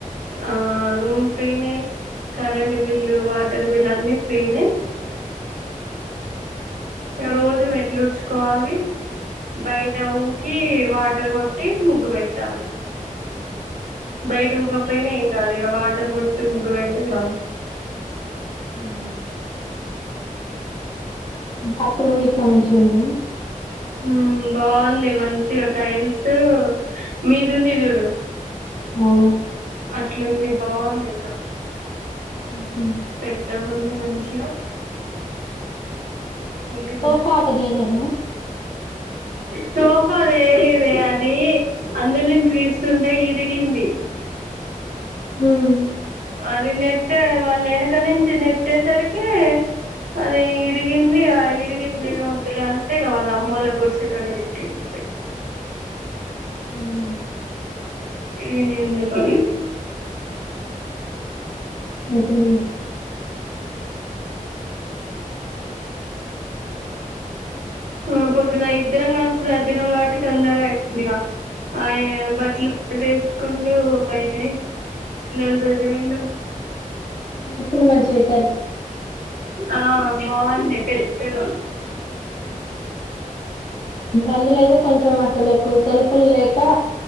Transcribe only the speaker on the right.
ఆ రూమ్ ఫ్రీ నే కరెంట్ బిల్లు, వాటర్ బిల్లు అన్ని ఫ్రీనే గ రోజు మెట్లు ఉడ్చుకోవాలి బయట ఊకి వాటర్ గొట్టి ముగ్గు బెట్టాలి బయట ఉకక్పోయినా ఏం గాదు ఇగ వాటర్ గొట్టి ముగ్గు బెడితే చాలు
ఉమ్ బావుంది మంచిగ టైల్స్ మీదుంది జూడు
అట్లుంది బావుందింక
పెద్దగుంది మంచిగ నీట్గా
ఉంది
సోఫా దేలేదే అదీ అందుల్నుంచి తీస్తుంటే ఇరిగింది
అది నెట్టే వాళ్ళేనక నుంచి నెట్టేసరికి అదీ ఇరిగిందిగా ఇరిగిందేమొద్దులే అంటే ఇగ వాళ్ళ అమ్మోల్ల గుడిసె కాడ బెట్టిండు
ఇరిగింది ఎందుకని
ఆ పొద్దున ఇద్దరం గల్సి సర్దినం గాబట్టి తొందరగయిపోయిందిగ అయన బట్టలుంటే ఏసుకుండూ <unintelligible> న్నెల్ సదిరిండు
ఆ బావుంది పెద్దగా